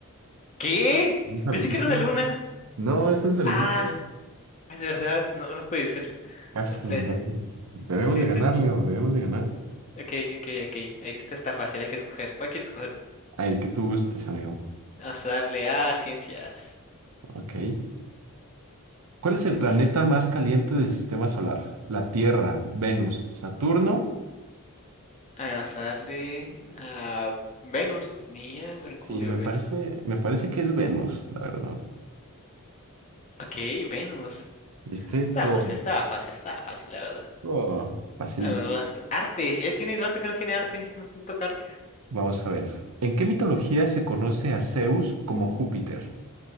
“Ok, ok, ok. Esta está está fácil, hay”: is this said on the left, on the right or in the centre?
Left